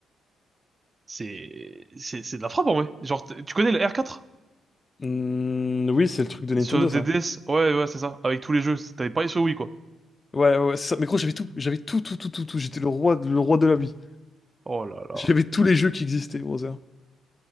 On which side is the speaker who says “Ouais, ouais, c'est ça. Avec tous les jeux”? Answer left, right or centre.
Right